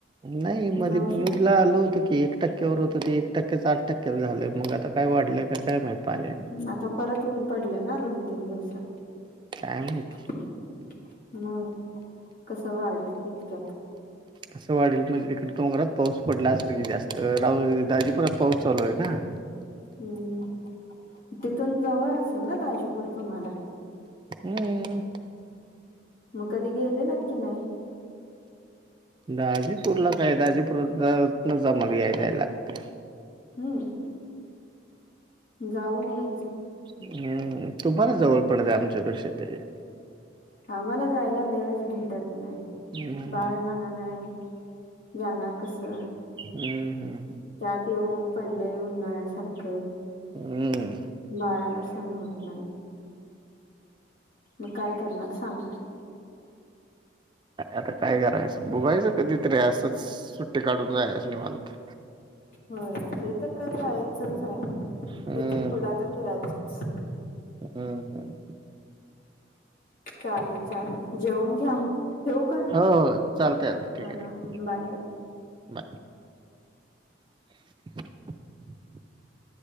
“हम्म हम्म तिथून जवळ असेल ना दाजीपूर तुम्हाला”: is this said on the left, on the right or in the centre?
Left